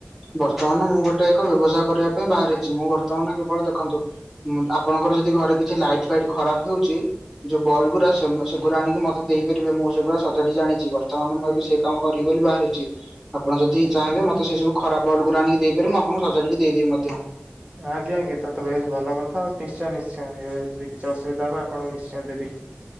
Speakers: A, in the centre; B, on the right.
A: ବର୍ତ୍ତମାନ ମୁଁ ଗୋଟେ ଏକ ବ୍ୟବସାୟ କରିବା ପାଇଁ ବାହାରିଚି ମୁଁ ବର୍ତ୍ତମାନ କେବଳ ଦେଖନ୍ତୁ ଉଁ- ଆପଣଙ୍କର ଯଦି ଘରେ କିଛି ଲାଇଟ୍ ଫାଇଟ୍ ଖରାପ୍ ହଉଚି ଯଉ ବଲ୍ ଗୁରା ସେଗୁ-ସେଗୁରା ଆଣିକି ମତେ ଦେଇପାରିବେ ମୁଁ ସେଗୁରା ସ ଯଦି ଜାଣିଚି ବର୍ତ୍ତମାନ ମୁଁ ବି ସେଇ କାମ କରିବି ବୋଲି ବାହାରିଚି ଆପଣ ଯଦି ଚାହିଁବେ ମତେ ସେ ସବୁ ଖରାପ୍ ବଲ୍ ଗୁରା ଆଣିକି ଦେଇ ପାରିବେ ମୁଁ ଆପଣଙ୍କୁ ସଜାଡିକି ଦେଇଦେବି ମଧ୍ୟ।
B: ଆଜ୍ଞା- ଆଜ୍ଞା ତ -ତ ବେଶ୍ ଭଲ କଥା ଆଉ ନିଶ୍ଚୟ ନିଶ୍ଚୟ ଯଦି କିଛି ଅସୁବିଧା ହବ ଆପଣଙ୍କୁ ନିଶ୍ଚୟ ଦେବି।